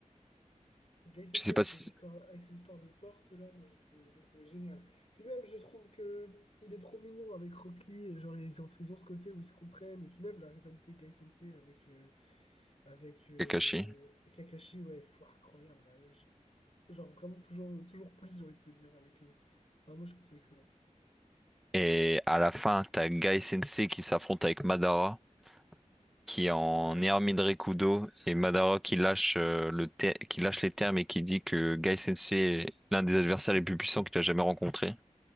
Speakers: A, on the left; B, in the centre.
A: Gai Sensei
B: Je sais pas
A: avec
B: si
A: ses histoires, avec ses histoires de porte là, moi j'ai trouvé, je l'ai trouvé génial. Puis même, je trouve que il est trop mignon avec Rock Lee et genre ils ont, ils ont ce côté où ils se comprennent. Et puis même la rivalité Gai Sensei avec, euh, avec euh,
B: Kakashi.
A: Kakashi, ouais, pff, incroyable. là. Je- genre vraiment toujours, toujours plus, j'ai envie de te dire avec eux. Enfin, moi je trouve ça excellent.
B: Et à la fin, t'as Gai Sensei qui s'affronte avec Madara, qui est en
A: Ouais.
B: Hermine Rekudo, et Madara qui lâche, euh, le ter- qui lâche les termes et qui dit que Gai Sensei est l'un des adversaires les plus puissants qu'il a jamais rencontré.